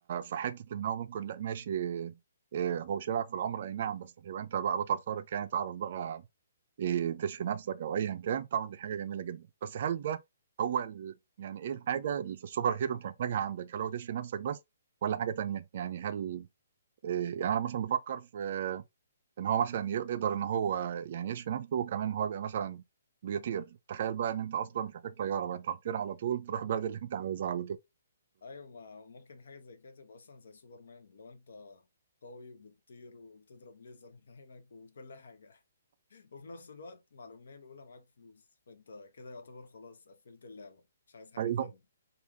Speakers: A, on the right (about 50°); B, on the left (about 65°).
A: فحته ان هو ممكن لا ماشي اه، هو مش هيلعب في العمر اي نعم بس هيبقى انت بقى بطل خارق يعني تعرف بقى ايه، تشفي نفسك او ايا كان طبعا دي حاجه جميله جدا بس هل ده هو ال... يعني ايه الحاجه اللي في السوبر هيرو انت محتاجها عندك؟ هل هو تشفي نفسك بس ولا حاجه تانيه؟ يعني هل إيه، يعني انا مثلا بفكر في ان هو مثلا يقدر ان هو يعني يشفي نفسه وكمان ان هو يبقى مثلا بيطير تخيل بقى ان انت اصلا مش محتاج طياره بقى انت هتطير على طول تروح البلد <laughs> اللي انت عاوزها على طول
B: ايوه ما ممكن حاجه زي كده تبقى اصلا زي سوبرمان لو انت قوي وبتطير وبتضرب ليزر من عينك وكل حاجه <laughs> وفي نفس الوقت مع الامنيه الاولى معاك فلوس فانت كده يعتبر خلاص قفلت اللعبه مش عايز حاجه
A: ايوه
B: تاني